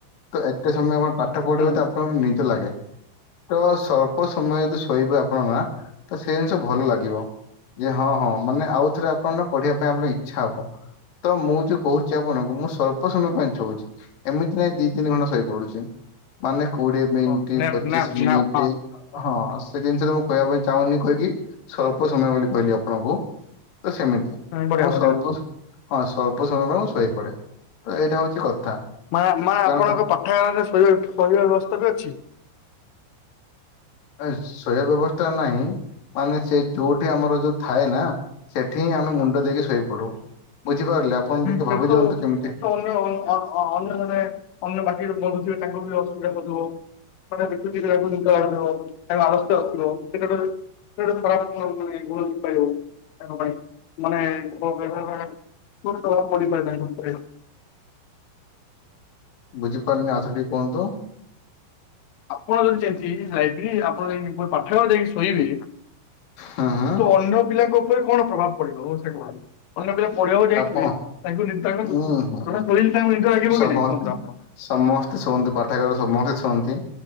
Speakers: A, on the left (about 50°); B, on the left (about 85°).
A: ତ ଏତେ ସମୟ ଆପଣ ପାଠ ପଢିବେ
B: ହୁଁ
A: ତ ଆପଣଙ୍କୁ ନିଦ ଲାଗେ। ତ ସ୍ୱଳ୍ପ ସମୟ ଯଦି ଶୋଇବେ ଆପଣଙ୍କ ନା। ତ ସେଇ ଜିନିଷ ଭଲ ଲାଗିବ। ଯେ ହଁ ହଁ। ମାନେ ଆଉ ଥରେ ଆପଣ ନା ପଢିବା ପାଇଁ ଆପଣ ଇଚ୍ଛା ହବ। ତ ମୁଁ ଯୋଉ କହୁଛି ଆପଣଙ୍କୁ ମୁଁ ସ୍ୱଳ୍ପ ସମୟ ପାଇଁ ଶୋଉଛି। ଏମିତି ନାଇଁ ଦି ତିନି ଘଣ୍ଟା ଶୋଇପଡୁଛି। ମାନେ କୋଡିଏ ମିନିଟ୍,
B: ହଁ ନ୍ୟାପ୍
A: ପଚିଶ
B: ନ୍ୟାପ୍
A: ମିନିଟ୍।
B: ନ୍ୟାପ୍
A: ହଁ ସେ ଜିନିଷଟା କହିବା ପାଇଁ ଚାହୁଁନି କହିକି ସ୍ୱଳ୍ପ ସମୟ ବୋଲି କହିଲି ଆପଣଙ୍କୁ। ତ ସେମିତି ତ
B: ହଁ ବଢିଆ
A: ମୁଁ
B: ବଢିଆ
A: ସ୍ୱଳ୍ପ ହଁ ସ୍ୱଳ୍ପ ସମୟ ପାଇଁ ମୁଁ ଶୋଇପଡେ। ତ ଏଇଟା ହଉଛି କଥା।
B: ମା ମା
A: କାରଣ
B: ଆପଣଙ୍କ ପାଠାଗାରରେ ଶୋଇବା ପଢ଼ିବା ବ୍ୟବସ୍ଥା ବି ଅଛି?
A: ଏଁ ଶୋଇବା ବ୍ୟବସ୍ଥା ନାହିଁ ମାନେ ସେ ଯୋଉ ସେଠି ଆମର ଯୋଉ ଥାଏ ନା ସେଠି ହିଁ ଆମେ ମୁଣ୍ଡ ଦେଇକି ଶୋଇପଡୁ। ବୁଝିପାରିଲେ ଆପଣ ଟିକେ
B: ସେତ
A: ଭାବି ଦିଅନ୍ତୁ
B: ତ
A: କେମିତି
B: ଅନ୍ୟ ଅ ଅ ଅ ଅନ୍ୟ ଜଣେ ଅନ୍ୟ। <unintelligible> ଥିବେ ତାଙ୍କୁ ବି ଅସୁବିଧା ହୋଉଥୁବ? ମାନେ ଦେଖୁଥିବେ <unintelligible> ଏବଂ ଆଳସ୍ୟ ଆସିବ। <unintelligible> ହେଟା ଗୋଟେ ଖରାପ ଗୁଣ ହବନି କାଇଁ ଗୁଣ ହେଇପାରିବ ତାଙ୍କ ପାଇଁ। ମାନେ କୋଉ ବିଭାଗରେ। <unintelligible> <inaudible>
A: ବୁଝିପାରିନି ଆଉଥରେ ଟିକେ କୁହନ୍ତୁ?
B: ଆପଣ ଯଦି ଯେମିିତି ଯାଇ <unintelligible> ଆପଣ ଯାଇକି ଫୁଣି ପାଠାଗାରରେ ଯାଇକି ଶୋଇବେ
A: ହୁଁ ହୁଁ
B: ତ ଅନ୍ୟ ପିଲାଙ୍କ ଉପରେ କଣ ପ୍ରଭାବ ପଡିବ ମତେ ସେଇଆ କୁହନ୍ତୁ। ଅନ୍ୟ ପିଲା ପଢ଼ିଆକୁ ଯାଇଥିବେ
A: ଆପଣ
B: ତାଙ୍କୁ ନିଦ ତାଙ୍କୁ
A: ହୁଁ ହୁଁ
B: ତମେ ଶୋଇଲେ ତାଙ୍କୁ ନିଦ ଲାଗିବ
A: ସମସ୍ତେ
B: କି ନାଇଁ କୁହନ୍ତୁ ଆପଣ?
A: ସମସ୍ତେ ଶୁଅନ୍ତି ପାଠାଗାରରେ ସମସ୍ତେ ଶୁଅନ୍ତି।